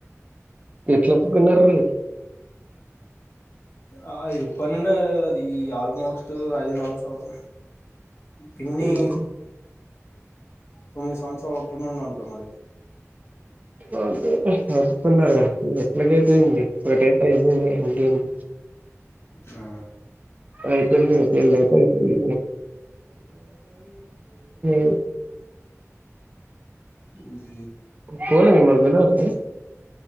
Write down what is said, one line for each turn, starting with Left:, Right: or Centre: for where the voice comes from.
Right: ఎట్లా ఒప్పుకున్నారు
Left: ఆ ఎప్పడినుండో అది ఆల్మోస్ట్ ఐదు సంవత్సరాలు పిన్ని
Right: ఉహు
Left: తొమ్మిది సంవత్సరాల అప్పుడి నుండి అంట మరి
Right: అదేలే ఒప్పుకున్నరుగా ఎట్లగాయితే ఏంది ఒకటైతే అయిపోయింది ఇంకేంది
Left: ఆ
Right: అయిపోయిందిగా పెళ్లయితే అయితది <unintelligible> <unintelligible>
Left: ఉ
Right: పోలే మిమ్మల్ని పిలవలే